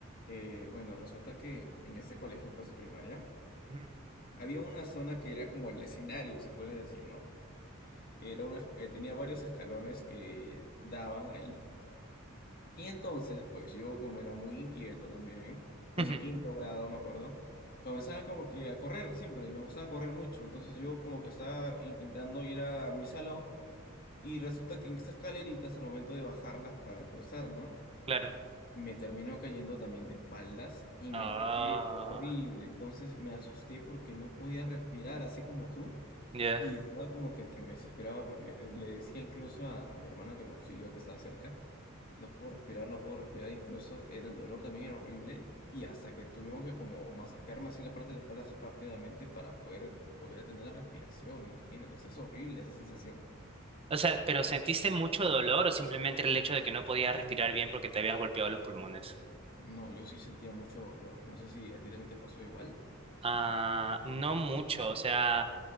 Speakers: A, on the left; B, on the right.
A: Eh, bueno, resulta que en ese colegio, pues de primaria,
B: Ujú.
A: había una zona que era como el escenario, se puede decir, ¿no? Era una, eh, tenía varios escalones que daban ahí. Y entonces, pues yo como era muy inquieto también, fue
B: <laughs>
A: en quinto grado, me acuerdo, comenzaba como que a correr siempre y me gustaba correr mucho. Entonces yo como que estaba intentando ir a mi salón y resulta que en estas escaleritas al momento de bajarlas para cruzar, ¿no?
B: Claro.
A: Me terminó cayendo también de espaldas y
B: Ah,
A: me golpeé horrible. Entonces me asusté porque no podía respirar, así como tú.
B: ya.
A: Y estaba como que, que me desesperaba porque le decía incluso a, a mi hermana que me auxilió, que estaba cerca, no puedo respirar, no puedo respirar, incluso era el dolor también era horrible y hasta que tuvieron que como masajearme así la parte de la espalda so- rápidamente para poder volver a tener la respiración, imagínate, o sea, es horrible esa sensación.
B: O sea, ¿pero sentiste mucho dolor o simplemente el hecho de que no podías respirar bien porque te habías golpeado los pulmones?
A: No, yo sí sentía mucho dolor, no sé si a ti también te pasó igual.
B: Ah, no mucho, o sea,